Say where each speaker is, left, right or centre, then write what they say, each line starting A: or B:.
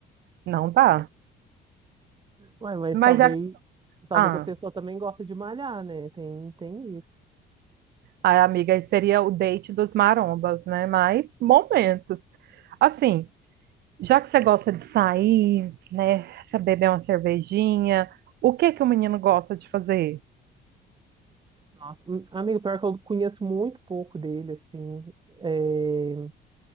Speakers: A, on the right; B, on the right.
A: Não dá.
B: Ué, mas
A: Mas
B: talvez,
A: já.
B: talvez
A: Ah,
B: a pessoa também gosta de malhar, né? Tem, tem isso.
A: a amiga, aí seria o date dos marombas, né? Mas momentos. Assim, já que você gosta de sair, né? Pra beber uma cervejinha, o que que o menino gosta de fazer?
B: Nossa, hum, amigo, pior que eu conheço muito pouco dele, assim. É,